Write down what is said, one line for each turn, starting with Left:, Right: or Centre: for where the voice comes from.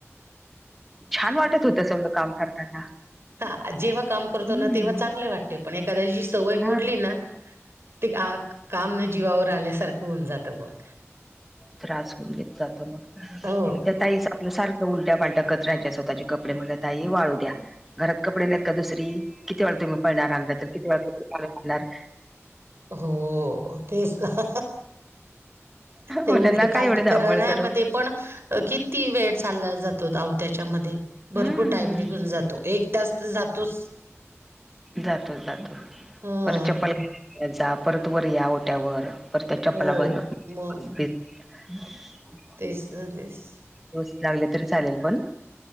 Centre: छान वाटत होत सगळं काम करताना.
Right: तर जेव्हा काम करतो
Centre: हम्म
Right: ना तेव्हा चांगले वाटते पण एखाद्याची सवय
Centre: हा
Right: मोडली ना ते आक काम ना जीवावर आल्यासारखं होऊन जातं मग.
Centre: त्रास होऊन देत जातो मग, तर
Right: हो
Centre: मग त्या ताईचा आपल सारखं उलट्या पालट्या करत राहायच्या स्वतःचे कपडे म्हणल ताई वाळू द्या घरात कपडे नाहीत का दुसरी किती वेळा तुम्ही पळणार <unintelligible> किती वेळ पाणी काढणार.
Right: हो, तेच ना ते
Centre: म्हटलं
Right: उलटी
Centre: नका
Right: पालटी
Centre: एवढी धावपळ
Right: करायला
Centre: करू
Right: म ते पण अह किती वेळ चालला जातो अहो त्याच्यामध्ये भरपूर
Centre: हम्म
Right: टाईम निघून जातो, एक तास तर जातोच
Centre: जातो जातो,
Right: हा
Centre: परत चप्पल घेत जा परत या वर ओट्यावर परत त्या चपल्या
Right: हो मग
Centre: <unintelligible>
Right: तेच ना तेच.
Centre: रोज लागल तरी चालेल पण